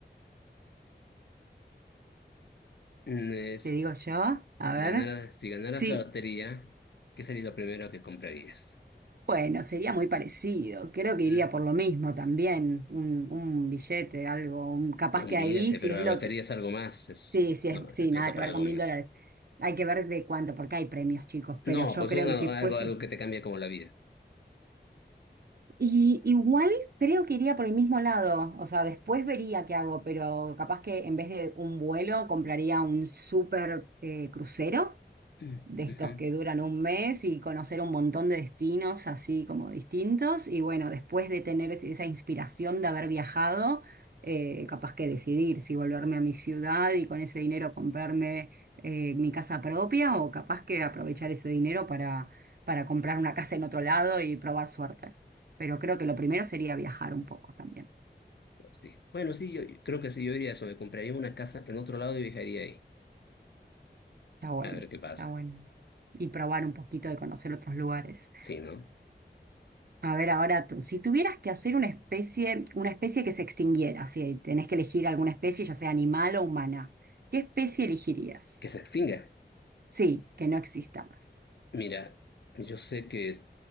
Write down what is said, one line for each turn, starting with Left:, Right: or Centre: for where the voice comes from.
Left: es-
Right: Te digo yo, a
Left: si
Right: ver.
Left: ganara- si ganaras
Right: Sí,
Left: la lotería, ¿qué sería lo primero que comprarías?
Right: Bueno, sería muy parecido. Creo que
Left: Mm.
Right: iría por lo mismo también. Un, un billete, algo. un- capaz
Left: Un
Right: que
Left: billete,
Right: ahí si
Left: pero
Right: es
Left: la
Right: lote.
Left: lotería es algo más, es,
Right: Sí, sí, es,
Left: no, alcanza
Right: sí, nada que
Left: para
Right: ver
Left: algo
Right: con mil
Left: más.
Right: dólares. Hay que ver de cuánto, porque hay premios, chicos. Pero
Left: No,
Right: yo
Left: pues
Right: creo
Left: una,
Right: que si fuese.
Left: algo, algo que te cambia como la vida.
Right: Y igual creo que iría por el mismo lado. O sea, después vería qué hago, pero capaz que en vez de un vuelo compraría un super eh, crucero
Left: Mm,
Right: de estos
Left: ujú.
Right: que duran un mes y conocer un montón de destinos así como distintos. Y bueno, después de tener es- esa inspiración de haber viajado, eh, capaz que decidir si volverme a mi ciudad y con ese dinero comprarme eh, mi casa propia o capaz que aprovechar ese dinero para, para comprar una casa en otro lado y probar suerte. Pero creo que lo primero sería viajar un poco también.
Left: Sí. Bueno, sí, yo, yo creo que sí, yo diría eso, me compraría una casa en otro lado y viajaría ahí,
Right: Está bueno,
Left: a ver qué pasa.
Right: está bueno. Y probar un poquito de conocer otros lugares.
Left: Sí, ¿no?
Right: A ver, ahora tú, si tuvieras que hacer una especie, una especie que se extinguiera, si tenés que elegir alguna especie, ya sea animal o humana, ¿qué especie elegirías?
Left: Que se extinga.
Right: Sí, que no exista más.
Left: Mira, yo sé que